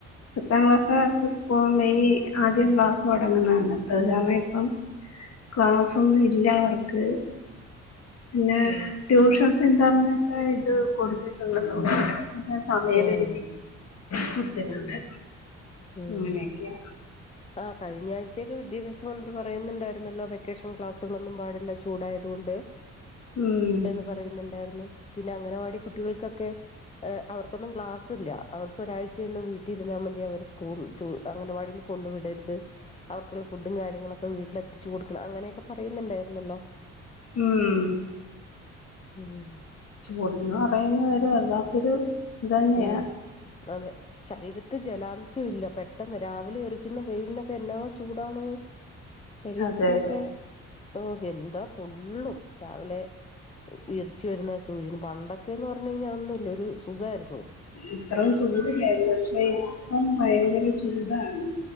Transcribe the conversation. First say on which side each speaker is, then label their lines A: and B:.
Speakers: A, on the left; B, on the left.
A: പത്താം ക്ലാസ്സ്കാർക്ക് സ്കൂൾ മെയ് ആദ്യം ക്ലാസ് തൊടങ്ങുന്നതാണ് പ്രധാമ ഇപ്പം ക്ലാസ്സ്‌ ഒന്നുഇല്ല അവർക്ക് പിന്നെ
B: ഉം
A: ട്യൂഷൻ സെന്ററിന് കഴ്‌ തു കൊടുത്തക്കങ്ങ നോ <unintelligible> ന്ന സമയപരിധി
B: ഉം
A: കൊടുത്തിട്ടുണ്ട്
B: ഉം ഉം
A: ങ്ങനെയൊക്കെയ
B: ആ കഴിഞ്ഞ ആഴ്ചയൊക്കെ വിദ്യാഭ്യാസ മന്ത്രി പറയുന്നുണ്ടായിരുന്നല്ലോ വെക്കേഷൻ ക്ലാസ്സുകളൊന്നും പാടില്ല ചൂടായതുകൊണ്ട്
A: ഉം
B: എന്ന് പറയുന്നുണ്ടായിരുന്നു. പിന്നെ അംഗനവാടി കുട്ടികൾക്കൊക്കെ അവർക്കൊന്നും ക്ലാസ്ല് ഇല്ല അവർക്ക് ഒരാഴ്ചയൊന്നും വീട്ടിലിരുന്നാൽ മതി അവർ സ്കൂൾ അംഗനവാടി കൊണ്ട് വിടരുത് അവർക്കുള്ള ഫുഡും കാര്യങ്ങളൊക്കെ വീട്ടില് എത്തിച്ചു കൊടുക്കണം അങ്ങനെയൊക്കെ പറയുന്നുണ്ടായിരുന്നല്ലോ.
A: ഉം
B: ഉം
A: ചൂടുന്നു പറയുന്നവര് വല്ലാത്തൊരു തന്നെയാ
B: ഉം അതെ ശരീരത്ത് ജലാംശം ഇല്ല പെ പെട്ടെന്ന് രാവിലെ എറിക്കുന്ന വെയിലിനൊക്കെ എന്നാ ചൂടാണോ ശരീരത്തിന്നൊക്കെ
A: അതെ അതെ
B: ഓ എന്താ പൊള്ളും രാവിലെ ഇറച്ചു വരുന്ന സൂര്യന് പണ്ടൊക്കെന്ന് പറഞ്ഞ കഴിഞ്ഞാൽ ഒന്നുംല്ല ഒരു സുഖമായിരുന്നു
A: ഇത്രം ചൂടല്ലായിരുന്നു പക്ഷെ ഇപ്പം ഭയങ്കര ചൂടാണ്